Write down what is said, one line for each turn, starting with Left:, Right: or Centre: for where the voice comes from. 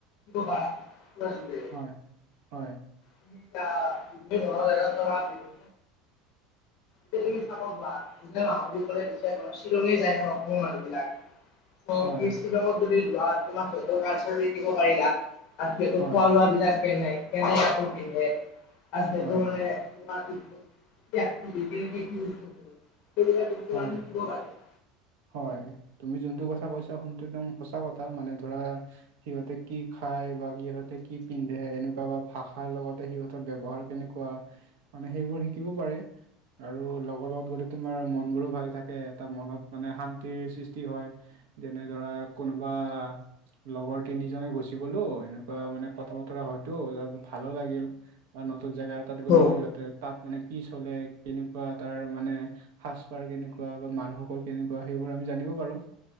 Left: বা য <unintelligible>
Right: হয় হয়।
Left: ধৰ জেগাত গলা, পিকনিক খাব যোৱা বুলি কলে বেছি ভাগ শ্বিলঙেই যায় ন মানুহ বিলাক। <unintelligible>
Right: হয়
Left: শিকিব পাৰিলা। আজি আকৌ খোৱা
Right: হয়
Left: লোৱা বিলাক কেনে
Right: হয়
Left: কেনে আকৌ পিন্ধে আজিকালি মানে। <unintelligible>
Right: হয় হয় তুমি যোনটো কথা কৈছা সোনটো একদম সঁচা কথা মানে ধৰা, সিহঁতে কি খাই বা সিহঁতে কি পিন্ধে এনেকুৱা বা ভাষা, ৰ লগতে সিহঁতৰ ব্যৱহাৰ কেনেকুৱা মানে সেইবোৰ শিকিব পাৰে। আৰু লগৰ লগত গ'লে তোমাৰ মন বোৰো ভালে থাকে এটা মনত। মানে শান্তিৰ সৃষ্টি হয় যেনে ধৰা কোনোবা। লগৰ তিনিজনে গুচি গ'লো। মানে কথা বতৰা হয়তো তাৰ ভালো লাগিল বা নতুন জেগা এটাত গ'লেও
Left: অ',
Right: সিহঁতে। তাত মানে কি চলে কেনেকুৱা তাৰ মানে। সাজপাৰ কেনেকুৱা বা মানুহসকল কেনেকুৱা সেইবোৰ আমি জানিব পাৰোঁ।